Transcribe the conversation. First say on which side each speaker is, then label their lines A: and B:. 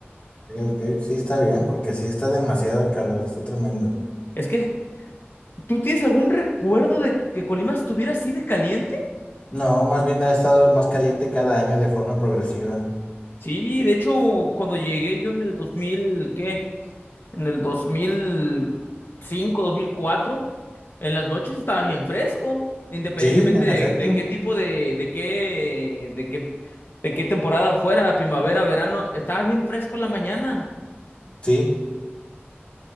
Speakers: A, on the left; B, on the left.
A: Sí, ok, sí está bien, porque sí está demasiado el calor, está tremendo.
B: Es que, ¿tú tienes algún recuerdo de que Colima estuviera así de caliente?
A: No, más bien ha estado más caliente cada año de forma progresiva.
B: Sí, de hecho, cuando llegué yo en el 2000, ¿qué? en el dos dos mil cinco, dos mil cuatro, en las noches estaba bien fresco, independientemente
A: Sí, en
B: de,
A: efecto,
B: de qué tipo de, de qué, de qué, de qué temporada fuera, primavera, verano, estaba bien fresco en la mañana.
A: sí.